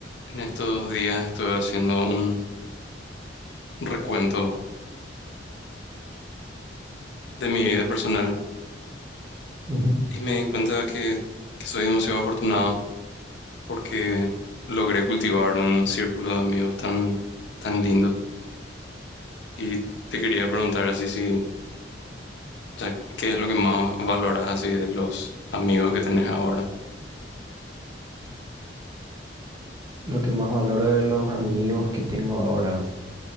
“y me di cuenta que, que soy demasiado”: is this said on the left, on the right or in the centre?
Left